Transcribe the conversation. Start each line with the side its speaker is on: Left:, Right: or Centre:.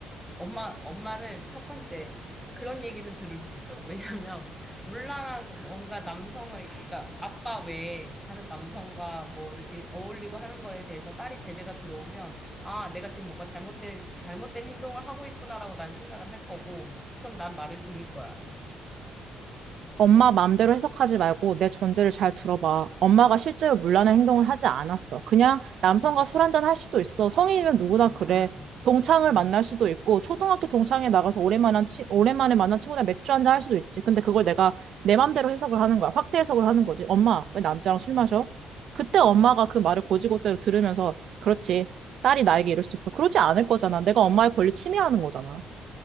Centre: 엄마, 엄마는 첫 번째, 그런 얘기는 들을 수 있어. 왜냐면, 물란하고 뭔가 남성의, 그러니까 아빠 외에 다른 남성과 뭐 이렇게 어울리고 하는 거에 대해서 딸이 제재가 들어오면, 아, 내가 지금 뭔가 잘못된, 잘못된 행동을 하고 있구나라고 난 생각을 할 거고, 그럼 난 말을 들을 거야.
Right: 엄마 마음대로 해석하지 말고 내 전제를 잘 들어봐.
Centre: 음,
Right: 엄마가 실제로 문란한
Centre: 음,
Right: 행동을 하지 않았어. 그냥 남성과
Centre: 음.
Right: 술 한잔 할 수도 있어. 성인이면 누구나
Centre: 아,
Right: 그래. 동창을
Centre: 음,
Right: 만날 수도 있고, 초등학교 동창회
Centre: 음,
Right: 나가서 오랜만에, 치, 오랜만에 만난 친구랑 맥주 한잔 할 수도 있지. 근데 그걸 내가 내 맘대로 해석을 하는 거야. 확대 해석을 하는 거지. 엄마, 왜 남자랑 술
Centre: 음.
Right: 마셔? 그때 엄마가 그 말을 곧이곧대로 들으면서, 그렇지. 딸이 나에게 이럴 수 있어. 그러지 않을 거잖아. 내가 엄마의 권리 침해하는
Centre: 맞아.
Right: 거잖아.